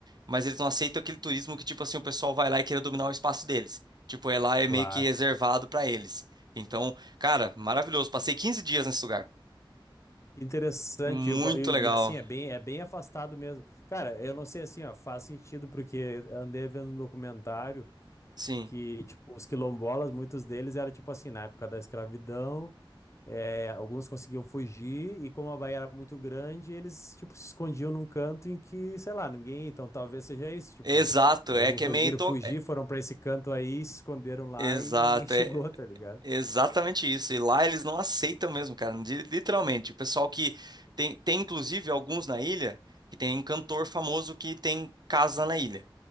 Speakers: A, on the right; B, on the left.
A: mas eles não aceitam aquele turismo que, tipo assim, o pessoal vai lá e queira dominar o espaço deles. Tipo, é lá é meio
B: claro.
A: que reservado pra eles. Então, cara, maravilhoso. Passei 15 dias nesse lugar.
B: Interessante,
A: Muito
B: e, o ba- e-
A: legal.
B: e, assim, é bem, é bem afastado mesmo. Cara, eu não sei assim, ó, faz sentido porque andei vendo um documentário
A: Sim.
B: que, tipo, os quilombolas, muitos deles eram, tipo assim, na época da escravidão, é, alguns conseguiam fugir e como a Bahia era muito grande, eles, tipo, se escondiam num canto em que, sei lá, ninguém, então talvez seja isso, tipo,
A: Exato,
B: alguns
A: é que
B: conseguiram
A: é meio into...
B: fugir,
A: é-
B: foram pra esse canto aí, se esconderam lá
A: Exato,
B: e ninguém <laughs> chegou,
A: é
B: tá ligado?
A: exatamente isso. E lá eles não aceitam mesmo, cara, li- literalmente. O pessoal que tem tem inclusive alguns na ilha que tem um cantor famoso que tem casa na ilha.